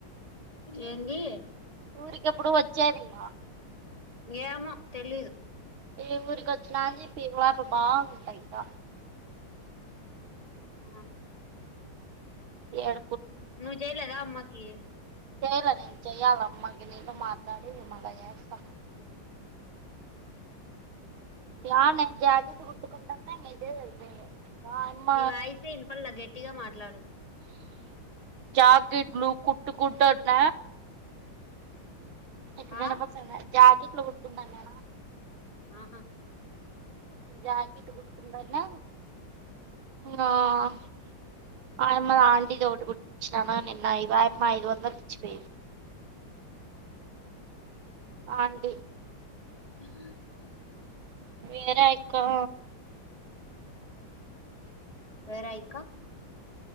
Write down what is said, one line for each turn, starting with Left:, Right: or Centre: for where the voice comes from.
Left: ఏంది
Right: ఊరికి ఎప్పుడు వచ్చేది మా
Left: ఏమో తెలియదు
Right: ఏ ఊరికి వచ్చినాని చెప్పి వాటర్ బాగుగుంటాయి ఇంకా
Left: ఆ
Right: ఏడ
Left: నువ్వు జయలేదా అమ్మాకి
Right: చేయలే నేను చెయ్యాల అమ్మాకి నీతో మాట్లాడి మల్ల చేస్తా ఏడ నే జాకెట్ కుట్టుకుంటున్న ఇంగ ఇదే సరిపోయింది ఆయమ్మ
Left: నీ వాయిస్ ఇనపల్లె గట్టిగా మాట్లాడు
Right: జాకిట్లు కుట్టుకుంటున్న ఎప్పుడు
Left: ఆ
Right: ఇనపడుతోందా జాకెట్ లు కుట్టుకుంటున్నా
Left: ఉహు
Right: జాకట్ కుట్టుకుంటున్నా ఆ అ ఆమ్మ ఆంటీ దోటి కుట్టిచ్చిననా నిన్న ఐ అమ్మ ఐదు వందలు ఇచ్చిపోయింది అంటి
Left: <unintelligible>
Right: వేర ఎక్కువ
Left: వేర ఇంకా